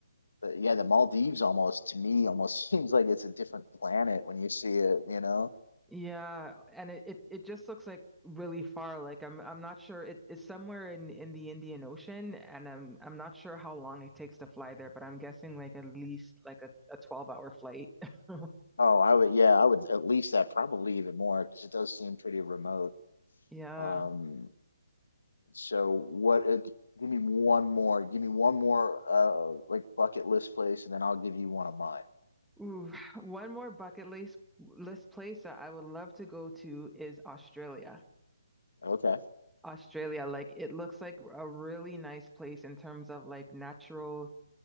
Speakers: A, on the left; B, in the centre.
A: but yeah, the Maldives almost, to me, almost <laughs> seems like it's a different planet when you see it, you know?
B: Yeah, and it, it it just looks like really far. Like I'm I'm not sure it, it's somewhere in in the Indian Ocean, and I'm I'm not sure how long it takes to fly there, but I'm guessing like at least like a, a 12 hour flight. <laughs>
A: Oh, I would, yeah, I would at least that, probably even more, because it does seem pretty remote.
B: Yeah.
A: Um, So what? Uh, give me one more. Give me one more uh like bucket list place, and then I'll give you one of mine.
B: Ooh, <sighs> one more bucket list list place that I would love to go to is Australia.
A: Okay.
B: Australia, like it looks like a really nice place in terms of like natural